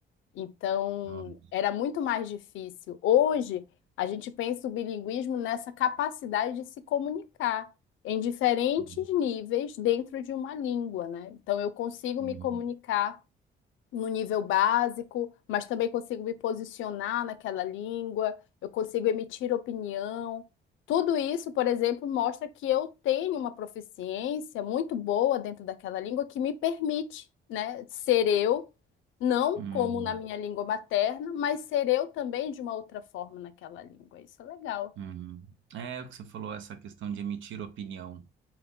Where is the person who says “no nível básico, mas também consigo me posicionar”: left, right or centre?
Left